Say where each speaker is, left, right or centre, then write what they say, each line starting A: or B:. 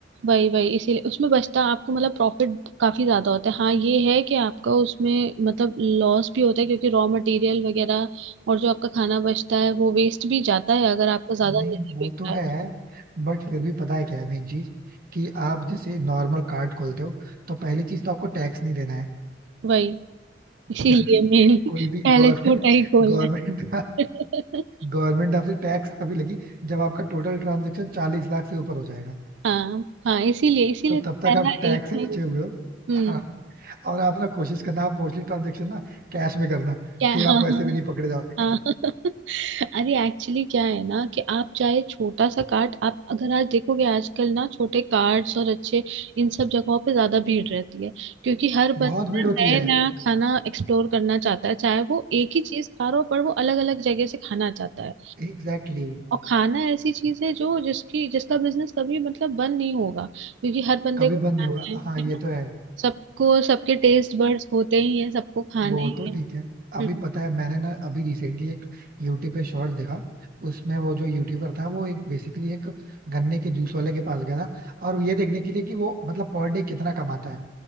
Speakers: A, on the right (about 70°); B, on the right (about 50°).
A: वही वही इसीलिए उसमें बचता आपको मतलब प्रॉफिट काफी ज्यादा होता है हाँ ये है कि आपका उसमें मतलब लॉस भी होता है क्योंकि रॉ मटेरियल वगैरह और जो आपका खाना बचता है वो वेस्ट भी जाता है अगर आपका ज्यादा
B: नहीं
A: नहीं
B: वो
A: बिक
B: तो
A: रहा
B: है
A: है
B: बट फिर भी पता है क्या है मेन चीज कि आप जैसे नॉर्मल कार्ड खोलते हो तो पहली चीज तो आपको टैक्स नहीं देना है
A: वही इसीलिए
B: क्योंकि
A: मेन <laughs>
B: कोई
A: पहले
B: भी गवर्नमेंट
A: छोटा ही खोलना
B: गवर्नमेंट
A: है <laughs>
B: गवर्नमेंट <laughs> आपसे टैक्स तभी लगी जब आपका टोटल ट्रांजेक्शन चालीस लाख से ऊपर हो जाएगा
A: हाँ हाँ इसीलिए इसीलिए
B: तो
A: पहला
B: तब तक आप टैक्स
A: एक
B: से
A: ही-
B: बचे हुए हो
A: हम्म
B: हाँ, और आप ना कोशिश करना आप मोस्टली ट्रांजेक्शन ना कैश में करना
A: क्या
B: फिर
A: हाँ
B: आप
A: हाँ
B: पैसे
A: हाँ।
B: भी नहीं पकड़े जाओगे
A: हाँ <laughs> अरे एक्चुअली क्या है ना कि आप चाहे छोटा सा कार्ट आप अगर आज देखोगे आजकल ना छोटे कार्ट्स और अच्छे इन सब जगहों पे ज्यादा भीड़ रहती है क्योंकि हर बच्चा
B: बहुत भीड़ होती
A: नया
B: है
A: नया खाना एक्सप्लोर करना चाहता है चाहे वो एक ही चीज खा रहा हो पर वो अलग अलग जगह से खाना चाहता है
B: Exactly exactly.
A: और खाना ऐसी चीज है जो जिसकी जिसका बिजनेस कभी मतलब बंद नहीं होगा क्योंकि हर बंदे
B: कभी
A: को खाना
B: बंद नहीं होगा
A: है
B: हाँ
A: है
B: ये
A: ना
B: तो है
A: सबको सबके टेस्ट बड्स होते ही हैं सबको खाने
B: वो
A: ही
B: तो
A: हैं
B: ठीक है अभी
A: हम्म।
B: पता है मैंने ना अभी रिसेंटली एक यूट्यूब पे शॉर्ट्स देखा उसमें वो जो यूट्यूबर था वो एक बेसिकली एक गन्ने के जूस वाले के पास गया था और ये देखने के लिए कि वो मतलब पर डे कितना कमाता है